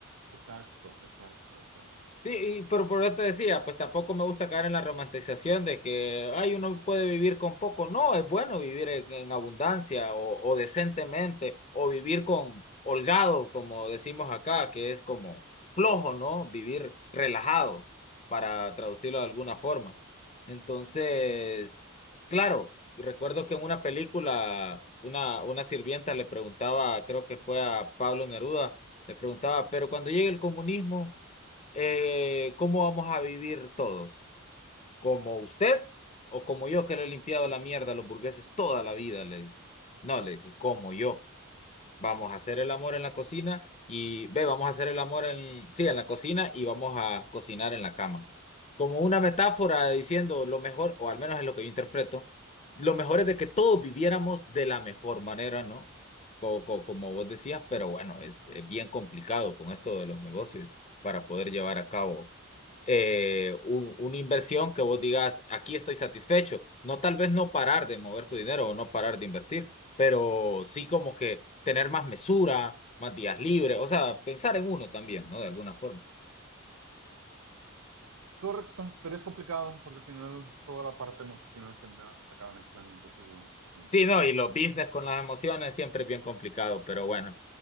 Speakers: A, on the right (about 75°); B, on the left (about 30°).
A: Exacto, exacto, exacto.
B: Sí, y pero por eso te decía, pues tampoco me gusta caer en la romantización de que, ay, uno puede vivir con poco. No, es bueno vivir en, en abundancia o, o decentemente, o vivir con holgado, como decimos acá, que es como flojo, ¿no? Vivir relajado, para traducirlo de alguna forma. Entonces, claro, y recuerdo que en una película, una, una sirvienta le preguntaba, creo que fue a Pablo Neruda, le preguntaba, pero cuando llegue el comunismo eh, ¿cómo vamos a vivir todos? ¿Como usted o como yo que le he limpiado la mierda a los burgueses toda la vida? Le dice. No, le dice, como yo. Vamos a hacer el amor en la cocina y ve, vamos a hacer el amor en, sí, en la cocina y vamos a cocinar en la cama. Como una metáfora diciendo lo mejor, o al menos es lo que yo interpreto, lo mejor es de que todos viviéramos de la mejor manera, ¿no? Co- co- Como, vos decías, pero bueno, es eh, bien complicado con esto de los negocios para poder llevar a cabo eh, un- una inversión que vos digas, aquí estoy satisfecho. No tal vez no parar de mover tu dinero o no parar de invertir, pero sí como que tener más mesura, más días libres, o sea, pensar en uno también, ¿no? De alguna forma.
A: Correcto, pero es complicado porque al final toda la parte emocional se, me ha- se acaba mezclando, entonces bueno, en fin,
B: Sí,
A: es
B: no,
A: difícil.
B: y los business con las emociones siempre es bien complicado, pero bueno.